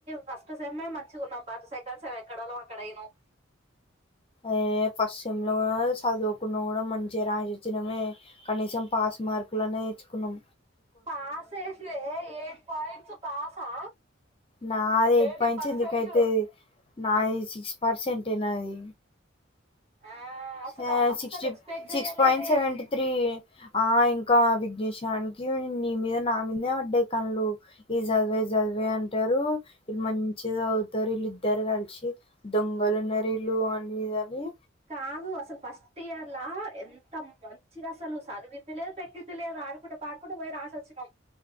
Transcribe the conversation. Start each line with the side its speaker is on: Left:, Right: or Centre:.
Right: ఫస్ట్ సేమే మంచిగా ఉన్నాం ఫస్ట్ సే సెకండ్ సేమ్ ఎక్కడోల్లం అక్కడమైనం
Left: ఎ ఫస్ట్ సెమ్ లో కూడా చదువుకున్న కూడా మంచి ర రాసచ్చినమే కనీసం పాస్ మార్కులన్న వేయించుకున్నం
Right: పాస్ ఎస్తే ఏయిట్ పాయింట్స్ పాసా
Left: నాది ఎయిట్
Right: ఎయిటీ
Left: పాయింట్స్
Right: పర్సెంట్
Left: ఎందుకైతే నాది సిక్స్ పర్సెంట్ ఎ నాది
Right: ఆ అసలు
Left: హ
Right: అస్సలు
Left: సిక్స్టీ
Right: ఎక్స్పెక్ట్
Left: సిక్స్
Right: చెయ్యలేదే
Left: పాయిట్ సెవెంటి త్రి ఆ ఇంకా విఘ్నేశ్వరానికి నీ మీద నా మీదే పడ్డాయి కళ్లు ఈ చదివా చదివా అంటారు ఇళ్ళు మంచిగా అవుతారు వీళ్ళ ఇద్దరు కలిసి దొంగలు ఉన్నారు అనేదని
Right: కాదు అసలు ఫస్ట్ ఫస్ట్ ఇయర్ల ఎంత మంచిది అసలు చదివిద్దులేదు పెట్టిద్దులేదు ఆడుకుంటే పాడుకుంటే పోయి రాసి వచ్చినాం